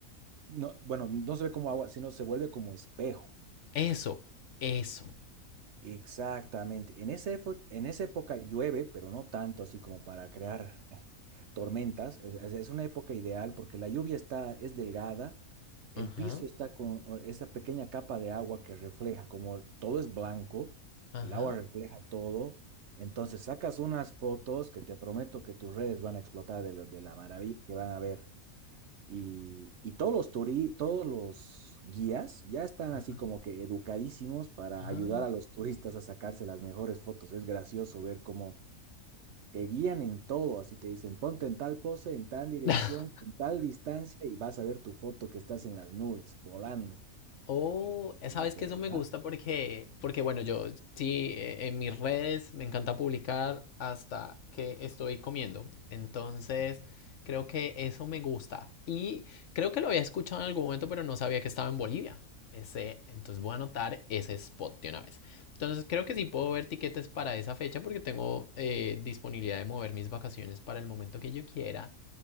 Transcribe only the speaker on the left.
Eso, eso.
Ajá,
ajá,
ajá.
Ah,
ah. <laughs>
Oh,
sabes
que eso
me gusta porque, porque bueno, yo sí, eh, en mis redes me encanta publicar hasta que estoy comiendo. Entonces, creo que eso me gusta. Y creo que lo había escuchado en algún momento, pero no sabía que estaba en Bolivia. Ese, entonces voy a anotar ese spot de una vez. Entonces, creo que sí puedo ver tiquetes para esa fecha porque tengo eh, disponibilidad de mover mis vacaciones para el momento que yo quiera